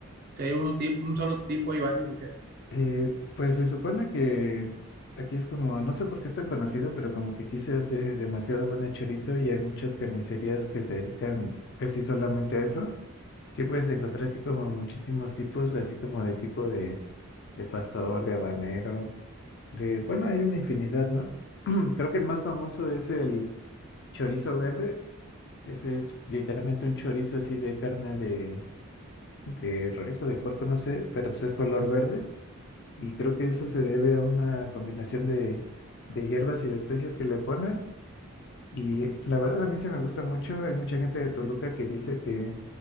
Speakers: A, on the right; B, on the left.
A: si hay uno, ti- un solo tipo y varios, ¿ok?
B: Eh, pues se supone que aquí es como, no sé por qué es tan conocido, pero como que aquí se hace demasiado buena chorizo y hay muchas carnicerías que se dedican casi solamente a eso. Sí puedes encontrar así como muchísimos tipos, así como de tipo de, de pastor, de habanero, de, bueno, hay una infinidad, ¿no? <clears throat> Creo que el más famoso es el chorizo verde. Ese es literalmente un chorizo así de carne de, de res o de puerco, no sé, pero pues es color verde y creo que eso se debe a una combinación de, de hierbas y de especias que le ponen. Y la verdad a mí se me gusta mucho. Hay mucha gente de Toluca que dice que,